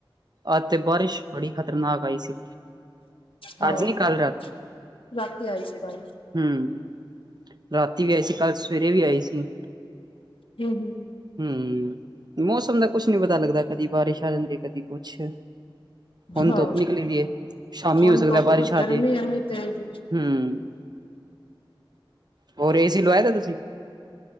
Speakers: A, on the right; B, on the left.
A: ਅਜ ਤੇ ਬਾਰਿਸ਼, ਬੜੀ ਖ਼ਤਰਨਾਕ ਆਈ ਸੀ।
B: ਹਾਂ,
A: ਅੱਜ ਨੀ ਕੱਲ
B: ਰਾਤੀ ਆਈ ਸੀ ਬਾਰਿਸ਼।
A: ਹੂੰ, ਰਾਤੀ ਵੀ ਆਈ ਸੀ, ਕੱਲ ਸਵੇਰੇ ਵੀ ਆਈ ਸੀ।
B: ਹੂੰ-ਹੂੰ।
A: ਹੂੰ, ਮੌਸਮ ਦਾ ਕੁਛ ਨੀ ਪਤਾ ਲੱਗਦਾ, ਕਦੀ ਬਾਰਿਸ਼ ਆ ਜਾਂਦੀ ਐ, ਕਦੀ ਕੁਛ। ਹੁਣ
B: ਹਾਂ
A: ਧੁੱਪ ਨਿਕਲੀ ਦੀ ਏ, ਸ਼ਾਮੀ
B: ਹੁਣ
A: ਹੋ ਸਕਦਾ
B: ਧੁੱਪ
A: ਬਾਰਿਸ਼
B: ਗਰਮੀ
A: ਆਜੇ,
B: ਇੰਨੀ ਤੇਜ਼
A: ਹੂੰ। ਹੋਰ ਏ ਸੀ ਲਵਾਏ ਦਾ ਤੁਸੀਂ?